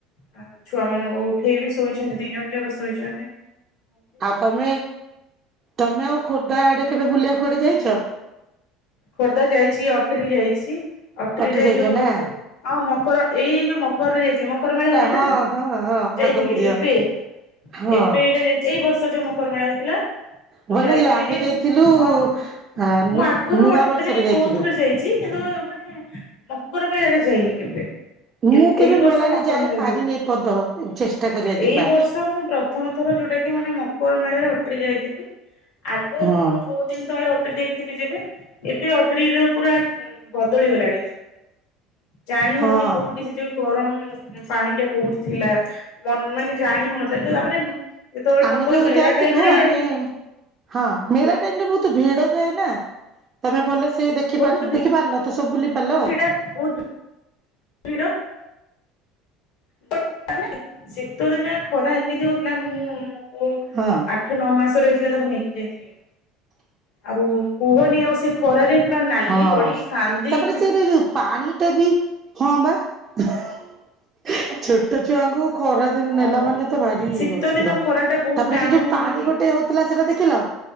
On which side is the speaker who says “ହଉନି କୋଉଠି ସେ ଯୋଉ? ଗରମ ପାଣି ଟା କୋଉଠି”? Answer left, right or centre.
Left